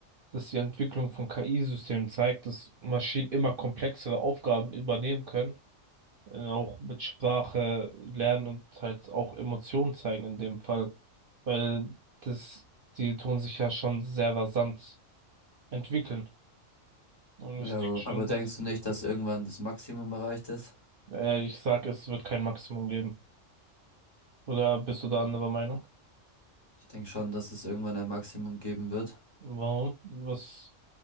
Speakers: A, on the right; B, on the left.
A: dass die Entwicklung von KI-Systemen zeigt, dass Maschinen immer komplexere Aufgaben übernehmen können äh, auch mit Sprache lernen und halt auch Emotionen zeigen in dem Fall, weil das, die tun sich ja schon sehr rasant entwickeln. Und ich
B: Ja,
A: denke schon,
B: aber denkst
A: dass,
B: du nicht, dass irgendwann das Maximum erreicht ist?
A: äh, ich sag, es wird kein Maximum geben. Oder bist du da anderer Meinung?
B: Ich denke schon, dass es irgendwann ein Maximum geben wird.
A: Warum? Was